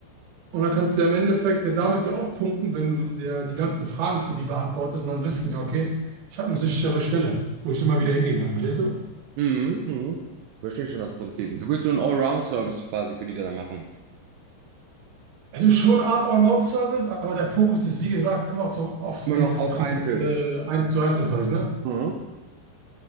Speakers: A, on the right (about 65°); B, on the right (about 80°).
A: Und dann kannst du ja im Endeffekt ja damit ja auch punkten, wenn du dir die ganzen Fragen für die beantwortest und dann wissen die, okay, ich habe eine sichere Stelle, wo ich immer wieder hingehen kann, verstehst du?
B: Mhm. Mhm. Verstehe schon das Prinzip. Du willst so einen Allround-Service quasi für die dann machen.
A: Also schon eine Art Allround-Service, aber der Fokus ist, wie gesagt, immer zum, auf
B: Immer
A: dieses
B: noch auf
A: private
B: Einzel.
A: äh, eins zu eins Unterricht, ne?
B: Mhm.